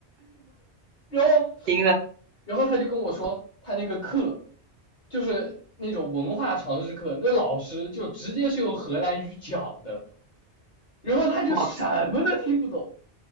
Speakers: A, on the left; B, on the right.
A: 然后，
B: 行了。
A: 然后他就跟我说，他那个课就是那种文化常识课，那老师就直接是用荷兰语讲的，然后他就什么都听不懂。
B: 我